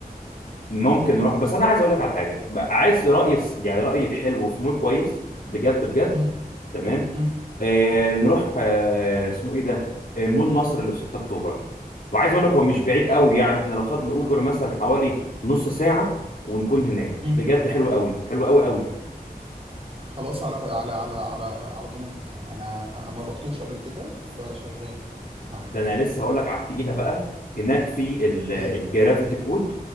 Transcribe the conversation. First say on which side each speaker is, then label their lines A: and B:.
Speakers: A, on the left; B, on the right.
A: ممكن نروح بس انا عايز اقول لك على حاجه بقى عايز رايي الس- يعني رايي الحلو في مول كويس بجد بجد
B: مم.
A: تمام
B: مم.
A: آه نروح آه اسمه ايه ده آه مول مصر اللي في 6 اكتوبر وعايز اقول لك هو مش بعيد قوي يعني احنا لو خدنا اوبر مثلا حوالي نص ساعه ونكون هناك
B: مم.
A: بجد حلو قوي حلو قوي قوي
B: خلاص على على على على على ضمانتك يعني انا ما رحتوش قبل كده فشغال معاك
A: ده انا لسه هقول لك على التقيله بقى هناك في ال- الجرافيتي
B: ايه
A: كود